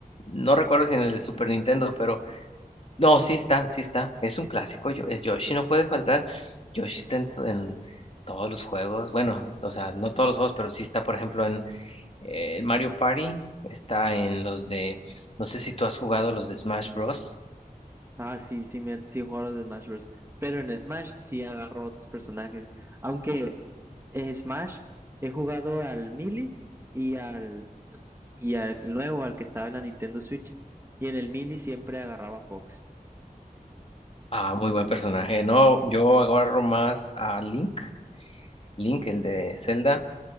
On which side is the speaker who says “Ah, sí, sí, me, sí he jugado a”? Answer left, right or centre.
Right